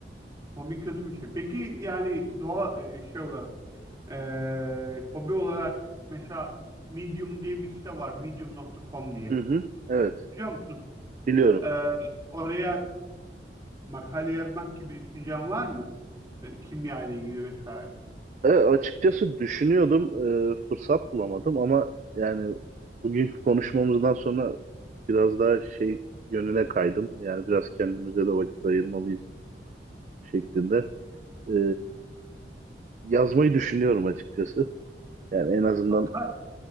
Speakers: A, on the right; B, on the right.
A: Mobbing kötü bir şey. Peki yani doğa e, şey olarak e, hobi olarak mesela Medium diye bir site var. Medium.com diye.
B: Hı hı, evet,
A: Biliyor musun?
B: biliyorum.
A: E, oraya Makale yazmak gibi bir düşüncen var mı? Böyle kimya ile ilgili vesaire.
B: E, açıkçası düşünüyordum, e, fırsat bulamadım ama yani bugünkü konuşmamızdan sonra biraz daha şey yönüne kaydım. Yani biraz kendimize de vakit ayırmalıyız şeklinde. E, Yazmayı düşünüyorum açıkçası. Yani en azından
A: Akar.